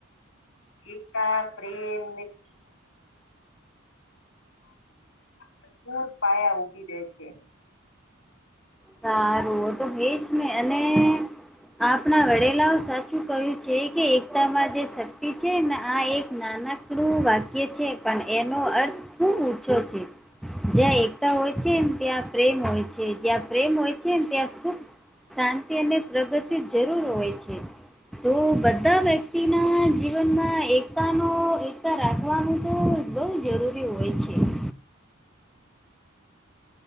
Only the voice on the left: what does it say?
એકતા પ્રેમ ભપૂર પાયા ઉગી રે છે
<inaudible>